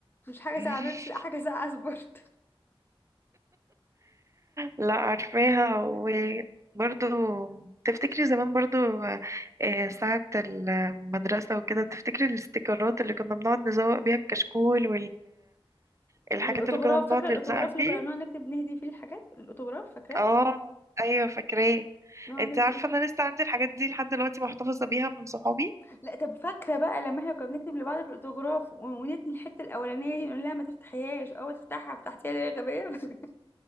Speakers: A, on the left (about 20°); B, on the right (about 30°).
A: مش حاجه
B: <laughs>
A: ساقعه بيبس لا حاجه ساقعه سبورت
B: لا عارفاها وبرضو
A: <laughs> مم.
B: تفتكري زمان برضو آه، ساعة المدرسة وكده تفتكري الاستيكرات اللي كنا بنقعد نزوق بيها الكشكول والحاجات
A: والاوتوغراف
B: اللي كنا بنقعد
A: فاكره الاوتوغراف
B: نلزقها
A: اللي
B: فيه
A: كنا بنقعد نكتب نهدي فيه الحاجات الاوتوغراف فاكراه
B: اه ايوه فاكراه
A: نقعد
B: انت
A: نكتب
B: عارفة انا لسه عندي الحاجات دي لحد دلوقتي محتفظة بيها من صحابي
A: لا طب فاكره بقى لما احنا كنا بنكتب لبعض في الاوتوغراف و- ونتني الحته الاولانيه دي نقول لها ما تفتحيهاش او تفتحها فتحتيها ليه يا غبيه <laughs>